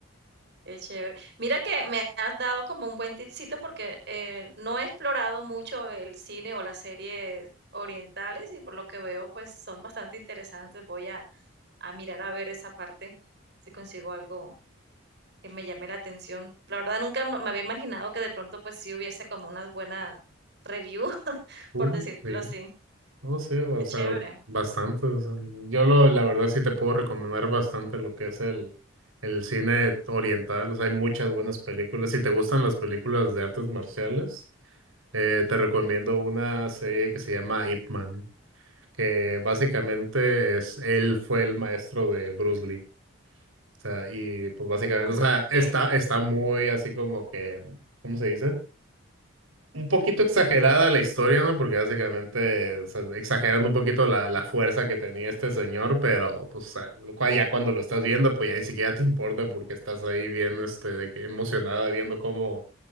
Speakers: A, on the right; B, on the right.
A: Qué chévere. Mira que me has dado como un buen tipcito porque eh, no he explorado mucho el cine o las series orientales y por lo que veo pues son bastante interesantes. Voy a, a mirar a ver esa parte si consigo algo que me llame la atención. La verdad nunca me me había imaginado que de pronto pues sí hubiese como una buena review, <laughs>
B: Uh,
A: por decirlo
B: sí,
A: así.
B: no sé, o
A: Qué chévere.
B: sea, bastante. o sea, yo lo, la verdad sí te puedo recomendar bastante lo que es el, el cine oriental. O sea, hay muchas buenas películas. Si te gustan las películas de artes marciales, eh, te recomiendo una serie que se llama Ip Man, que básicamente es, él fue el maestro de Bruce Lee. O sea, y pues básicamente,
A: Ah,
B: o sea,
A: ok.
B: está, está muy así como que, ¿cómo se dice? un poquito exagerada la historia, ¿no? Porque básicamente, o sea, exagerando un poquito la, la fuerza que tenía este señor, pero pues a- lo cual ya cuando lo estás viendo, pues ya ni siquiera te importa porque estás ahí bien, este, de que emocionada viendo cómo,